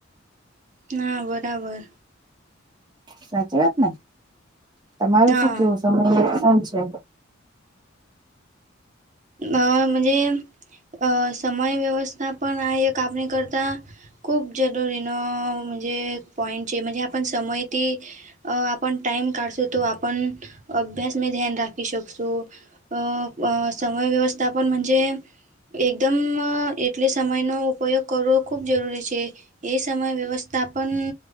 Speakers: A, on the right; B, on the right.
A: ના બરાબર.
B: સાચી વાત ને તમારે
A: હા
B: શું કેવું સમય એ સુ છે.
A: અ મનજે અ સમય વ્યવસ્થા પણ આ એક આપણે કરતા. ખૂબ જરૂરીનો મનજે પૉઈન્ટ છે મનજે આપણ સમયથી અ આપણ ટાઈમ કાઢશું તો આપણ અભ્યાસમાં ધ્યાન રાખી શકશું. અ પ સમય વ્યવસ્થા પણ મજે એકદમ એટલે સમયનો ઉપયોગ કરવો ખૂબ જરૂરી છે. એ સમય વ્યવસ્થાપન